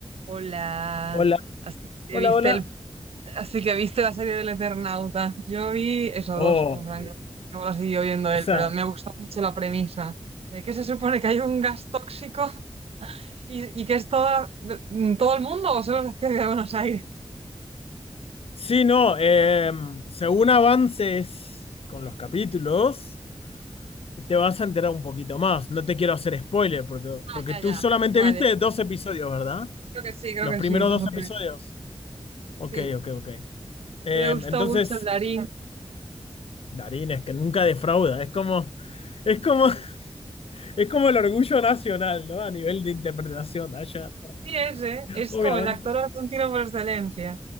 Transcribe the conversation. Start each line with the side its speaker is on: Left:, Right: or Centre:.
Right: Hola,
Left: Hola,
Right: así que
Left: hola,
Right: viste
Left: hola.
Right: el, así que viste la serie del Eternauta. Yo vi eso
Left: Oh,
Right: dos con Frank. Luego la siguió viendo
Left: o
Right: él,
Left: sea,
Right: pero me gustó mucho la premisa de que se supone que hay un gas tóxico y, y que es todo, mm, todo el mundo o solo se hacía de Buenos Aires.
Left: sí, no, eh, según avances con los capítulos, te vas a enterar un poquito más. No te quiero hacer spoiler, porque,
Right: Ah,
Left: porque
Right: ya,
Left: tú
Right: ya.
Left: solamente
Right: Vale,
Left: viste dos episodios, ¿verdad?
Right: creo que sí, creo
Left: Los
Right: que
Left: primeros
Right: sí, dos
Left: dos
Right: o tres.
Left: episodios. Ok,
Right: Sí,
Left: ok, ok. Eh,
Right: me gustó
Left: entonces,
Right: mucho el Darín.
Left: Darín es que nunca defrauda. Es como, es como, <laughs> es como el orgullo nacional, ¿no? A nivel de interpretación allá,
Right: Sí, ese es
Left: obviamente.
Right: como el actor argentino por excelencia.